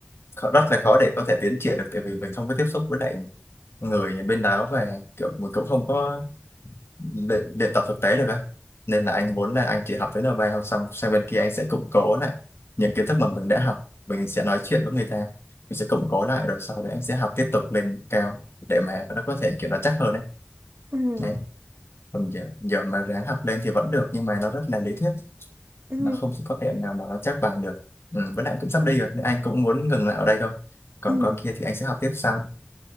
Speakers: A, on the left (about 80°); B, on the right (about 70°).
A: khó- rất là khó để có thể tiến triển được tại vì mình không có tiếp xúc với lại người bên đó và kiểu mình cũng không có luyện, luyện tập thực tế được ấy nên là anh muốn là anh chỉ học tới N3 thôi xong sang bên kia anh sẽ củng cố lại những kiến thức mà mình đã học mình sẽ nói chuyện với người ta mình sẽ củng cố lại rồi sau đấy anh sẽ học tiếp tục lên cao để mà nó có thể kiểu nó chắc hơn đấy
B: Ừ.
A: đấy còn giờ, giờ mà ráng học lên thì vẫn được nhưng mà nó rất là lý thuyết
B: Ừ.
A: nó không có thể nào mà nó chắc bằng được ừ, với lại cũng sắp đi rồi nên anh cũng muốn ngừng lại ở đây thôi còn
B: Ừ.
A: qua kia thì anh sẽ học tiếp sau